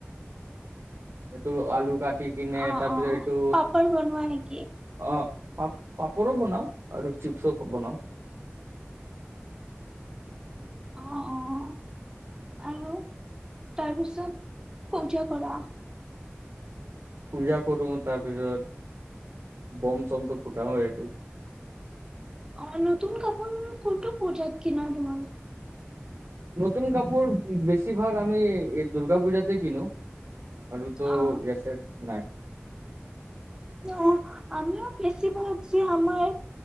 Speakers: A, on the right; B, on the right.
A: এইটো আলু কাট। টি কিনি
B: অ
A: তাৰপিছত
B: অ
A: এইটো
B: পাপৰ বনোৱা নেকি
A: অ পাপ পাপৰো বনাওঁ আৰু চিপছো বনাওঁ
B: অ অ আৰু তাৰ পিছত উজ কৰা।
A: পূজা কৰো তাৰপিছত বম চমটো ফুটাও এইটো
B: অ নতুন কাপোৰ কোনটো পূজাত কিনা তোমালোকে।
A: নতুন কাপোৰ বেছিভাগ আমি এই দুূৰ্গা পূজাতে কিনো। আৰু টো
B: অ
A: ইয়াতে নাই।
B: অ আমিও বেছিভাগ যে আমাৰ